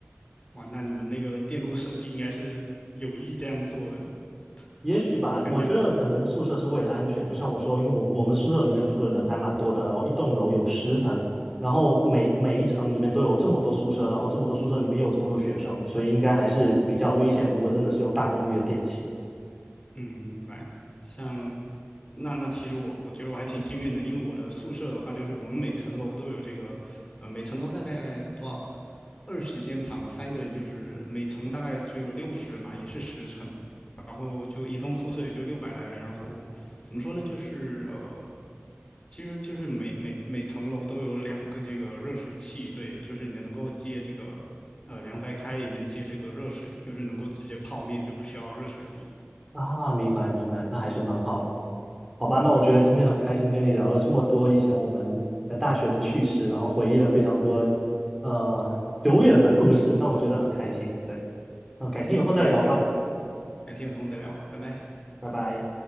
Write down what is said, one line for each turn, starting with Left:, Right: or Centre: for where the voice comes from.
Left: 哇，那你们那个电路设计应该是有意这样做的，
Centre: 也许吧，
Left: 对，感觉
Centre: 我觉得可能宿舍是为了安全，就像我说，因为我我们宿舍里面住的人还蛮多的，然后一栋楼有十层，然后每每一层里面都有这么多宿舍，然后这么多宿舍里面又有这么多学生，所以应该还是比较危险。如果真的是用大功率的电器，
Left: 嗯，明白。像那那其实我我觉得我还挺幸运的，因为我的宿舍的话，就是我们每层楼都有这个，呃，每层楼大概多少二十间房，三个人就是每层大概只有六十人嘛，也是十层，然后就一栋宿舍也就六百来人，然后怎么说呢，就是呃。其实就是每每每层楼都有两个这个热水器，对，就是你能够接这个呃凉白开，也能接这个热水，就是能够直接泡面，就不需要热水壶。
Centre: 啊，明白明白，那还是蛮好的。好吧，那我觉得今天很开心跟你聊了这么多以前我们在大学的趣事，然后回忆了非常多呃久远的故事，但我觉得很开心。对，那改天有空再聊吧，
Left: 嗯，一样一样，改天有空再聊，拜拜。
Centre: 拜拜。